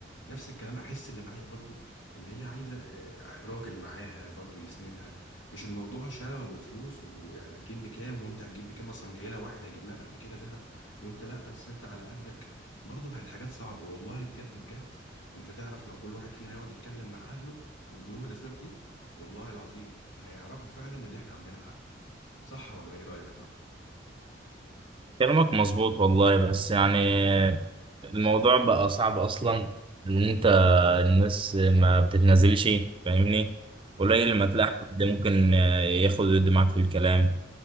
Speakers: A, on the left (about 85°); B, on the right (about 30°).
A: نفس الكلام احس اللي معايا برضو اللي هي عايزه آه، راجل معاها برضو يسندها مش الموضوع شراء وفلوس وهتجيب بكام وانت هتجيب بكام اصلا جاي لها واحد هيجيب لها بقد كده ذهب وانت لا اصل انت على قدك برضه بقت حاجات صعبه والله بجد بجد انت تعرف لو كل واحد فينا يقعد يتكلم مع اهله ويقول لهم الاسباب دي والله العظيم هيعرفوا فعلا ان احنا عندنا حق صح ولا ايه رايك يا صاحبي
B: كلامك مظبوط والله بس يعني الموضوع بقى صعب أصلا إن أنت الناس ما بتتنازلش فاهمني قليل لما تلاقي حد ممكن آه، ياخد ويدي معاك في الكلام